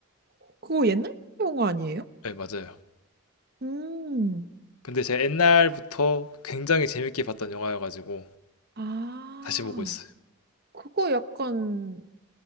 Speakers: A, on the right; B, on the left.
A: 그거 옛날 영화 아니에요?
B: 예 맞아요.
A: 음,
B: 근데 제가 옛날부터 굉장히 재밌게 봤던 영화여가지고
A: 아,
B: 다시 보고 있어요.
A: 그거 약간